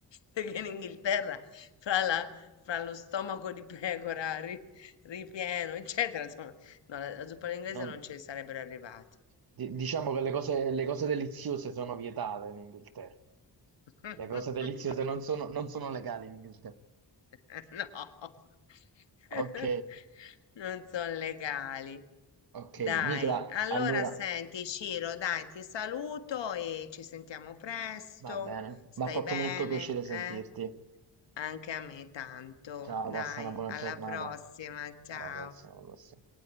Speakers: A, on the left; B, on the right.
A: perché in Inghilterra fra, la- fra lo stomaco di pecora ri- ripieno, eccetera, insomma, no, la, la zuppa all'inglese
B: Non-
A: non ci sarebbero arrivati.
B: di- diciamo che le cose, le cose deliziose sono vietate in Inghilterra.
A: <laughs>
B: Le cose deliziose non sono, non sono legali in Inghilterra.
A: <laughs> No, <laughs>
B: Ok,
A: non sono legali.
B: ok.
A: Dai,
B: Nicola,
A: allora
B: allora
A: senti, Ciro, dai, ti saluto e ci sentiamo presto.
B: va bene.
A: Stai
B: Mi ha fatto
A: bene,
B: molto piacere sentirti.
A: eh? Anche a me tanto.
B: Ciao,
A: Dai,
B: passa una buona
A: alla
B: giornata.
A: prossima, ciao.
B: Alla prossima, alla prossima.